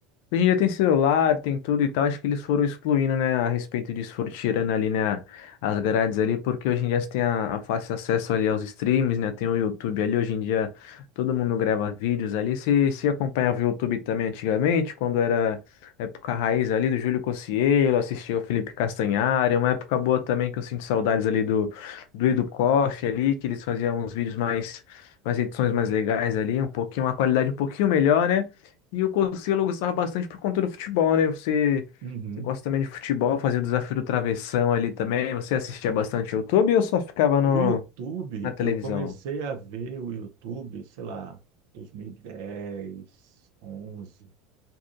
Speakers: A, on the left (about 65°); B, on the right (about 70°).
A: Hoje em dia tem celular, tem tudo e tal. Acho que eles foram excluindo, né, a respeito disso, foram tirando ali, né, as grades ali, porque hoje em dia você tem a, a fácil acesso ali aos streams, né, tem o YouTube ali. Hoje em dia todo mundo grava vídeos ali. Se, se acompanhava o YouTube também antigamente, quando era época raiz ali do Júlio Cocielo, assistia o Felipe Castanhari, uma época boa também que eu sinto saudades ali do, do Edu Koff ali, que eles faziam uns vídeos mais, mais edições mais legais ali, um pouquinho, uma qualidade um pouquinho melhor, né? E o Conselho eu gostava bastante por conta do futebol, né? Você,
B: uhum.
A: você gosta também de futebol, fazia o desafio do travessão ali também. Você assistia bastante YouTube ou só ficava
B: O
A: no,
B: YouTube,
A: na televisão?
B: eu comecei a ver o YouTube, sei lá, 2010, 11. E dez, onze.